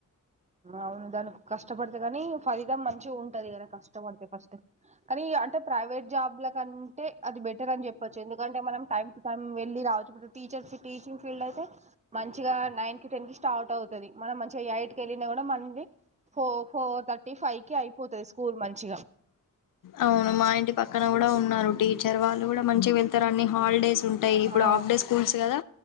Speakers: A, on the right (about 25°); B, on the left (about 80°).
A: అవును దానికి కష్టపడితే కాని ఫలితం మంచిగా ఉంటు దా కష్టపడతే కష్ట కానీ అంటే ప్రైవేట్ జాబ్ల కంటే అది బెటర్ అని చెప్పొచ్చు ఎందుకంటే మనం టైం టు టైం వెళ్ళి రావచ్చు ఇప్పుడు టీచర్స్ టీచింగ్ ఫీల్డ్ అయితే మంచిగా నైన్ కి టెన్ కి స్టార్ట్ అవుతుంది మనం మంచిగా ఎయిట్కి వెళ్ళినా కూడా మళ్ ఫోర్ ఫోర్ థర్టీ ఫైవ్ కి అయిపోతది స్కూల్ మంచిగా
B: అవును మా ఇంటి పక్కన కూడా ఉన్నారు టీచర్ వాళ్ళు కూడా మంచిగా వెళ్తారు అన్ని హాలిడేస్ ఉంటాయి ఇప్పుడు
A: ఆ
B: ఆఫ్ డే స్కూల్స్ కదా